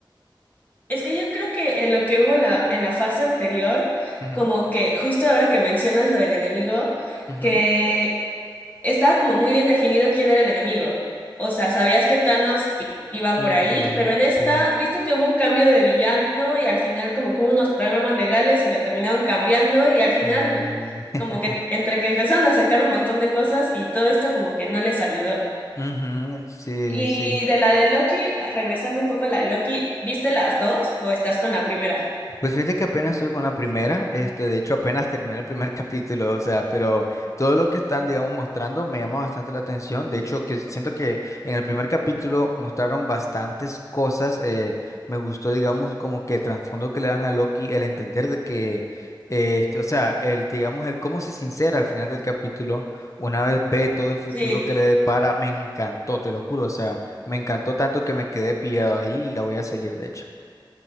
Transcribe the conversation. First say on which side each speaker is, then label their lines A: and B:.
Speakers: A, on the left; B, on the left.
A: Es que yo creo que en lo que hubo en la, en la fase anterior,
B: Ujú,
A: como que justo ahora que mencionas lo del enemigo,
B: ujú,
A: que estaba como muy bien definido quién era el enemigo. O sea, sabías que Thanos i- iba
B: ujú,
A: por ahí, pero en esta,
B: sí.
A: viste que hubo un cambio de villano y al final como que hubo unos problemas legales y lo terminaron cambiando y al final
B: Sí. <laughs>
A: como que entre que empezaron a sacar un montón de cosas y todo esto como que no les ayudó.
B: Ujú, sí,
A: Y
B: sí.
A: de la de Loki, regresando un poco a la de Loki, ¿viste las dos o estás con la primera?
B: Pues fíjate que apenas estoy con la primera, este, de hecho apenas terminé el primer <laughs> capítulo, o sea, pero todo lo que están, digamos, mostrando me llama bastante la atención. De hecho, que siento que en el primer capítulo mostraron bastantes cosas. eh, me gustó, digamos, como que el trasfondo que le dan a Loki, el entender de que, eh, este, o sea, el, digamos, el cómo se sincera al final del capítulo, una vez ve todo el futuro
A: Sí,
B: que le depara, me encantó, te lo juro, o sea, me encantó tanto que me quedé pillado ahí y la voy a seguir, de hecho.